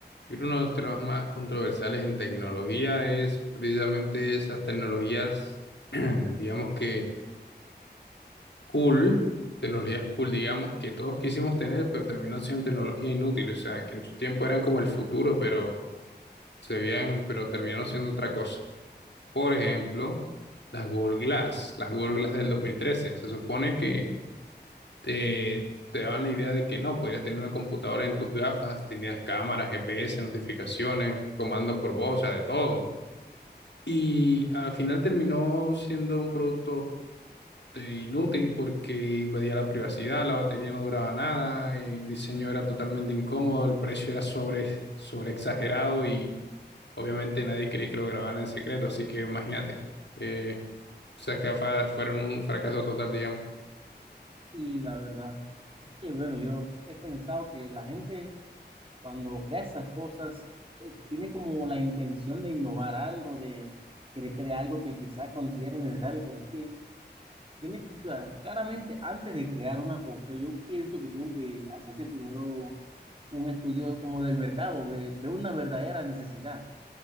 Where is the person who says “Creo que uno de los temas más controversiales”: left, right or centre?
Left